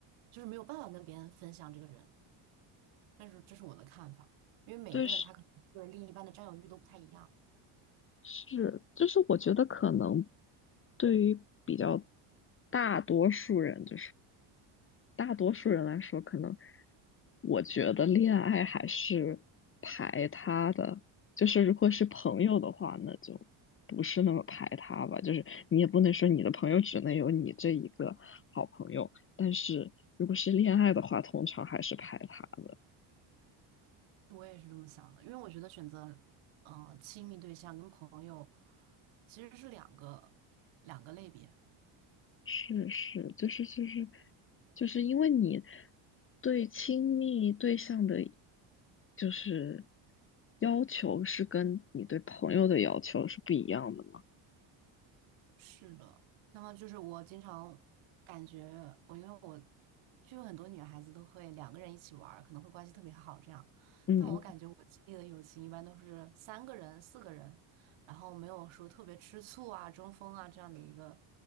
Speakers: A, on the right (about 70°); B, on the left (about 25°).
A: 就是没有办法跟别人分享这个人，但是这是我的看法，因为每个人他可能对另一半的占有欲都不太一样。
B: 对，是是，就是我觉得可能对于比较大多数人，就是。大多数人来说，可能我觉得恋爱还是排他的，就是如果是朋友的话，那就不是那么排他吧。就是你也不能说你的朋友只能有你这一个好朋友，但是如果是恋爱的话，
A: 嗯
B: 通常还是排他的。
A: 我也是这么想的，因为我觉得选择，嗯、亲密对象跟朋友其实是两个两个类别。
B: 是是，就是就是就是因为你对亲密对象的，就是要求是跟你对朋友的要求是不一样的。
A: 是的，那么就是我经常感觉我，因为我就有很多女孩子都会两个人一起玩儿，可能会关系特别好这样，
B: 嗯嗯，
A: 但我嗯感觉我经历的友情一般都是三个人、四个人，然后没有说特别吃醋啊、争锋啊这样的一个